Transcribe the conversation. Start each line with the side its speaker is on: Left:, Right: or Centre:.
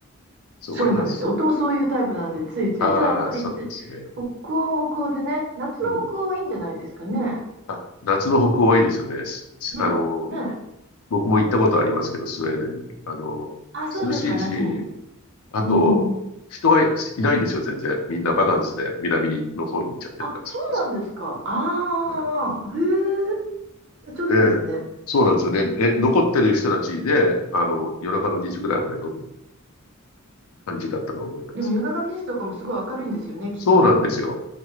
Left: そう思います。
Right: そうなんですよ。夫もそういうタイプなんで、ついつい。
Left: ああ、
Right: でもやっぱり、
Left: そうなんですね。
Right: 北欧も北欧でね、夏の北欧はいいんじゃないですかね。
Left: うん。あ、夏の北欧はいいですよね。すすあの、
Right: ね、ね。
Left: 僕も行ったことありますけど、スウェーデンに。あの、
Right: あ、そうですか、
Left: 涼しいし、
Right: 夏に。
Left: あと、
Right: うん。
Left: 人がいないんですよ、全然。みんなバカンスで南の方に行っちゃってるから、
Right: あ、そうなんですか。
Left: それこそ。
Right: ああ、
Left: はい。
Right: へえ、ちょうどいいですね。
Left: で、そうなんですよね。え、残ってる人たちで、あの、夜中の2時ぐらいまで飲む感じだったのを覚えてますね。
Right: でも夜中の2時とかもすごい明るいんですよね、きっと。
Left: そうなんですよ。